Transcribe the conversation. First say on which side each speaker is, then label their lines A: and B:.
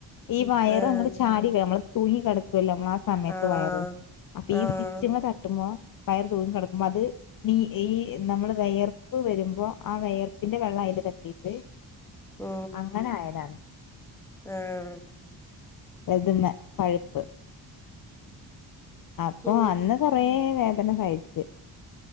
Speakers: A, on the left; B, in the centre.
A: ഈ വയറ്
B: ആഹ്
A: അങ്ങട് ചാടില്ലേ നമ്മള് തൂങ്ങി കെടക്കൊല്ലോ നമ്മൾ ആ സമയത്ത്
B: ആഹ്
A: വയറ് അപ്പൊ ഈ
B: ആഹ്
A: സ്റ്റിച്ചിമ്മെ തട്ടുമ്പോ വയർ തൂങ്ങി കെടക്കുമ്പോ അത് നീ ഈ നമ്മള് വെയർപ്പ് വരുമ്പോ ആ വെയർപ്പിന്റെ വെള്ളം അയിൽ തട്ടീട്ട്
B: ഉം
A: അങ്ങനായതാണ്.
B: ആഹ്
A: എത് മ്മെ പഴ്പ്പ് അപ്പോ
B: ഉം
A: അന്ന് കൊറേ വേദന സഹിച്ച്